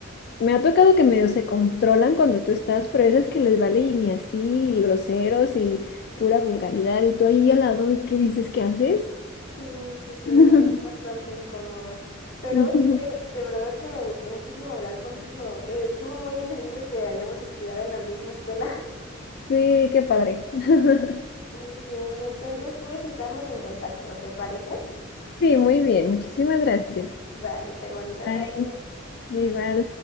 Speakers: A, on the left (about 55°); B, on the left (about 75°).
A: Me ha tocado que medio se controlan cuando tú estás, pero hay veces que les vale y ni así, y groseros y pura vulgaridad, y tú ahí al lado, ¿y qué dices? ¿Qué haces?
B: Sí, sí, sí,
A: <laughs>
B: es bastante incómodo. Pero
A: Ujú.
B: oye, Fer, de verdad que me gustó muchísimo hablar contigo. Eh, estuvo muy increíble que hayamos estudiado en la misma escuela.
A: Sí, qué padre. <laughs>
B: <laughs> Muy bien, entonces pues estamos en contacto, ¿te parece?
A: Sí, muy bien, muchísimas gracias.
B: Vale, Fer, bonita
A: bye
B: tarde.
A: igual.